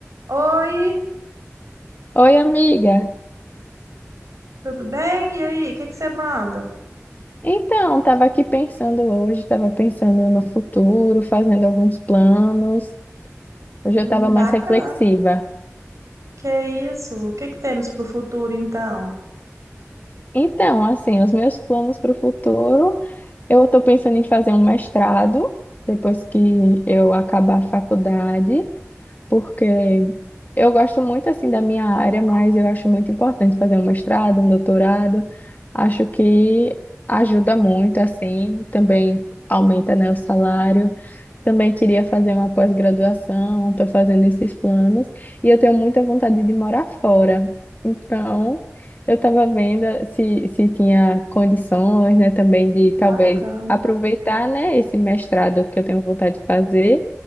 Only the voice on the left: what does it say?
Oi, amiga.
Então, estava aqui pensando hoje, estava pensando no futuro, fazendo alguns planos. Hoje eu
estava mais
reflexiva.
Então, assim, os meus planos para o futuro, eu estou pensando em fazer um mestrado depois que eu acabar a faculdade. porque eu gosto muito assim da minha área, mas eu acho muito importante fazer um mestrado, um doutorado. Acho que ajuda muito assim, também aumenta, né, o salário. Também queria fazer uma pós-graduação, estou fazendo esses planos e eu tenho muita vontade de morar fora. Então, eu estava vendo eh, se, se tinha condições, né, também de talvez
aproveitar, né, esse mestrado que eu tenho vontade de fazer